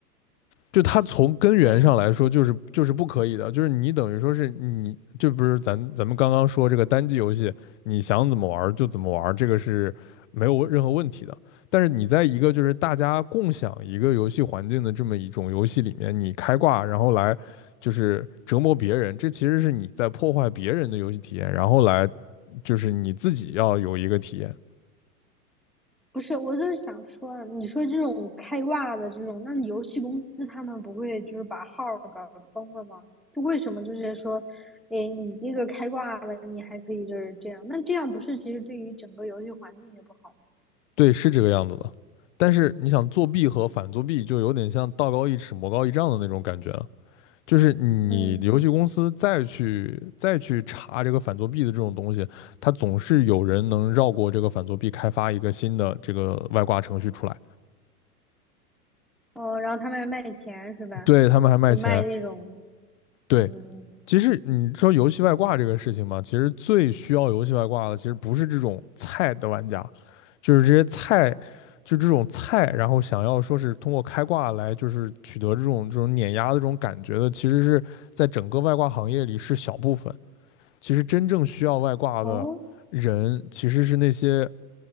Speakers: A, on the left (about 50°); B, in the centre.
A: 就它从根源上来说，
B: 对。
A: 就是就是不可以的。就是你等于说是你，就不是咱咱们刚刚说这个单机游戏，你想怎么玩就怎么玩这个是没有任何问题的。但是你在一个就是大家共享一个游戏环境的这么一种游戏里面，你开挂然后来就是折磨别人，这其实是你在破坏别人的游戏体验，然后来就是你自己要有一个体验。
B: 不是，我就是想说啊你说这种开挂的这种，那你游戏公司他们不会就是把号儿搞封了吗？就为什么就是说，哎，你这个开挂了，你还可以就是这样，那这样不是其实对于整个游戏环境也不好吗。
A: 对，是这个样子的。但是你想作弊和反作弊，就有点像道高一尺，魔高一丈的那种感觉了。就是你游戏公司再去再去查这个反作弊的这种东西，
B: 嗯，
A: 它总是有人能绕过这个反作弊，开发一个新的这个外挂程序出来。
B: 哦，然后他们还卖钱是吧？
A: 对，他们还卖钱，
B: 就卖那种，
A: 对，
B: 嗯，
A: 其实你说游戏外挂这个事情嘛，其实最需要游戏外挂的，其实不是这种菜的玩家，就是这些菜，就这种菜，然后想要说是通过开挂来就是取得这种这种碾压的这种感觉的，其实是在整个外挂行业里是小部分。其实真正需要外挂的人，
B: 哦，
A: 其实是那些